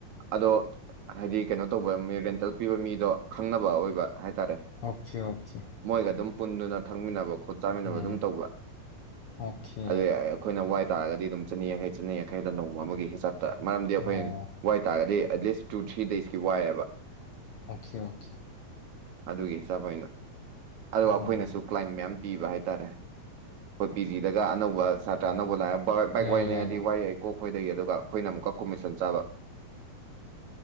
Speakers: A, on the right; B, on the left.
A: ꯑꯗꯣ ꯍꯥꯏꯗꯤ ꯀꯩꯅꯣ ꯇꯧꯕ ꯃꯤ ꯔꯦꯟꯇꯦꯜ ꯄꯤꯕ ꯃꯤꯗꯣ ꯈꯪꯅꯕ ꯑꯣꯏꯕ ꯍꯥꯏꯇꯥꯔꯦ
B: ꯑꯣꯀꯦ ꯑꯣꯀꯦ
A: ꯃꯣꯏꯒ ꯑꯗꯨꯝ ꯄꯨꯟꯗꯨꯅ ꯊꯛꯃꯤꯟꯅꯕ ꯈꯣꯠ ꯆꯥꯃꯤꯟꯅꯕ
B: ꯎꯝ
A: ꯑꯗꯨꯝ ꯇꯧꯕ
B: ꯑꯣꯀꯦ
A: ꯑꯗꯩ ꯑꯩꯈꯣꯏꯅ ꯋꯥꯏ ꯇꯥꯔꯒꯗꯤ ꯑꯗꯨꯝ ꯆꯠꯅꯤ ꯌꯥꯡꯈꯩ ꯆꯠꯅꯤ ꯌꯥꯡꯈꯩꯗ ꯅꯣꯡꯃꯥ ꯑꯃꯒꯤ ꯍꯤꯁꯥꯞꯇ ꯃꯔꯝꯗꯤ ꯑꯩꯈꯣꯏ
B: ꯑꯣ
A: ꯋꯥꯏꯇꯥꯥꯔꯗꯤ ꯑꯦꯠꯂꯤꯁ ꯇꯨ ꯊ꯭ꯔꯤ ꯗꯦꯁꯀꯤ ꯋꯥꯏꯑꯦꯕ
B: ꯑꯣꯀꯦ ꯑꯣꯀꯦ
A: ꯑꯗꯨꯒꯤ ꯆꯄꯄꯥꯅꯤꯅꯥ ꯑꯗꯨꯗ ꯑꯩꯈꯣꯏꯅꯁꯨ
B: ꯎꯝ
A: ꯀ꯭ꯂꯥꯏꯟ ꯃꯌꯥꯝ ꯄꯤꯕ ꯍꯥꯏꯇꯥꯔꯦ ꯑꯣ ꯄꯤ ꯖꯤꯗꯒ ꯑꯅꯧꯕꯁ ꯁꯥꯇꯔ꯭ ꯑꯅꯧꯕꯥ ꯂꯥꯛꯑꯥ ꯕꯥꯏꯛ
B: ꯌꯥꯏ
A: ꯋꯥꯏꯅꯤꯡꯉꯗꯤ
B: ꯌꯥꯏ ꯌꯥꯏ
A: ꯋꯥꯏ ꯌꯥꯏꯀꯣ ꯑꯩꯈꯣꯏꯗꯒꯤ ꯑꯗꯨꯝ ꯑꯩꯈꯣꯏꯅ ꯑꯃꯨꯛꯀ ꯀꯣꯃꯦꯁꯟ ꯆꯥꯕ